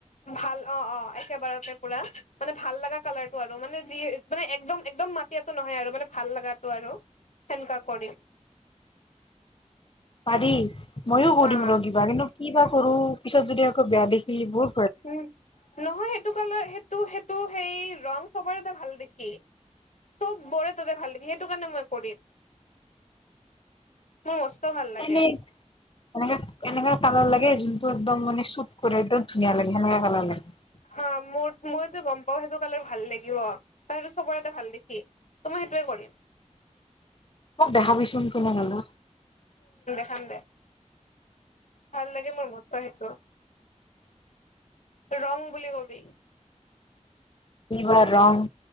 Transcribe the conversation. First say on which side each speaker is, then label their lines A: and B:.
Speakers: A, on the left; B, on the left.
A: ভাল অ' অ' একেবাৰতে পুৰা মানে ভাল লগা কালাৰটো আৰু। আৰু মানে যি মানে একদম একদম মাটিয়াটো নহয় আৰু মানে। ভাল লগা টো আৰু সেনেকা কৰিম।
B: পাৰি। ময়ো কৰিম
A: হা
B: ৰ কিবা কিন্তু কি বা কৰো পিছত যদি আকৌ বেয়া দেখি এইবোৰ।
A: উম নহয় সেইটো কা সেইটো সেইটো সেই ৰং চবৰে এটা ভাল দেখি। চব বৰে ততে ভাল সেইটো কাৰণে মই কৰিম মোৰ ভাল লাগে।
B: এনেই এনেকা এনেকাা কালাৰ লাগে যোনটো একদম মান শুট একম ধুনীয়া লাগে সেনেকা কালাৰ লাগে
A: হা মোৰ মইতো গম পাওঁ সেইটো কালে ভাল লাগিব তইটো চবৰেতে ভাল দেখি ত মই সেইটোয়ে কৰিম
B: মোক দেখাবিচোন কেনে হলো
A: ঠাডে ভাল লাগে মোৰ মস্ত সেইটো ৰং বুলি কবি
B: শাৰ ৰাং